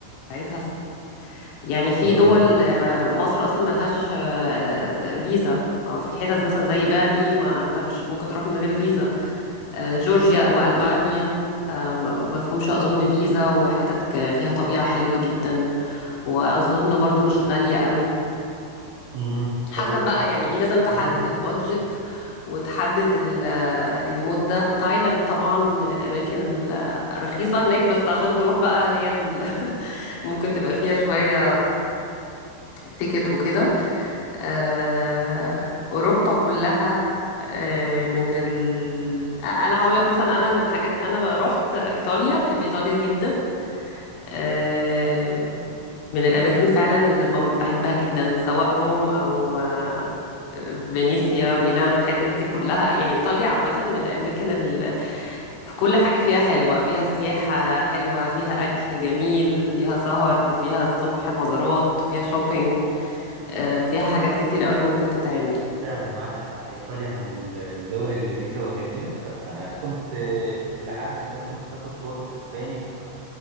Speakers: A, on the left; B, on the right.
A: بتاعتها يعني في
B: ايوه
A: دول آه، مصر اصلا ملهاش آه، آه، فيزا او في حتت مثلا زي بالي ما انت مش ممكن تروح من غير فيزا آه، جورجيا والبانيا آه، ما فيهمش اظن فيزا وحتت ك- فيها طبيعة حلوة جدا واظن برضو مش غالية قوي
B: مم.
A: حسب
B: طب ده
A: بقى يعني ايه لازم تحدد
B: جميل جدا
A: البادجت وتحدد ال- آه، المدة تايلاند طبعا من الأماكن الرخيصة هناك بس عشان تروح بقى هي ال- <laughs> ممكن تبقى فيها شوية تيكت وكده آه، اوروبا كلها آه، من ال... انا هقول لك مثلا انا من الحاجات انا رحت ايطاليا بحب ايطاليا جدا آه، من الاماكن فعلا اللي بم- بحبها جدا سواء روم او آه، فينيسيا ميلانو الحتت دي كلها يعني ايطاليا عامه من الاماكن ال... كل حاجه فيها حلوه فيها سياحه حلوه فيها اكل جميل فيها سهر فيها الصبح مزارات فيها شوبينج آه، فيها حاجات كتير قوي ممكن تتعمل
B: فعلا معاكي حق ايطاليا من ال- الدول اللذيذه والجميله بس انا كنت آه، الى حد ما كنت باخد كورس اسباني ف